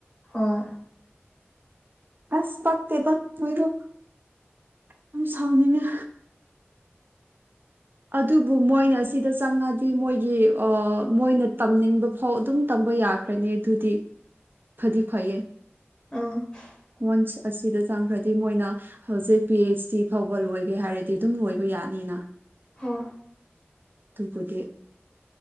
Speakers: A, on the left; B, on the right.
A: ꯍꯣꯏ
B: ꯑꯁ ꯄꯥꯛꯇ ꯄꯥꯛ ꯇꯣꯏꯗꯣ ꯌꯥꯝꯝ ꯁꯥꯎꯅꯤꯡꯉ ꯑꯗꯨꯕꯨ ꯃꯣꯏꯅ ꯁꯤꯗ ꯆꯪꯉꯗꯤ ꯃꯣꯏꯒꯤ ꯃꯣꯏꯅ ꯇꯝꯅꯤꯡꯕ ꯐꯥꯎ ꯑꯗꯨꯝ ꯌꯥꯈ꯭ꯔꯅꯤ ꯑꯗꯨꯗꯤ ꯐꯗꯤ ꯐꯩꯌꯦ
A: ꯑ
B: ꯃꯣꯟꯁ ꯑꯁꯤꯗ ꯆꯥꯡꯈ꯭ꯔꯗꯤ ꯃꯣꯏꯅ ꯍꯧꯖꯤꯛ ꯄꯤ ꯑꯩꯆ ꯁꯤ ꯐꯥꯎꯕ ꯂꯣꯏꯒꯦ ꯍꯥꯏꯔꯗꯤ ꯑꯗꯨꯝ ꯂꯣꯏꯕ ꯌꯥꯔꯦ ꯑꯅꯤꯅ
A: ꯍ
B: ꯇꯄꯗꯤ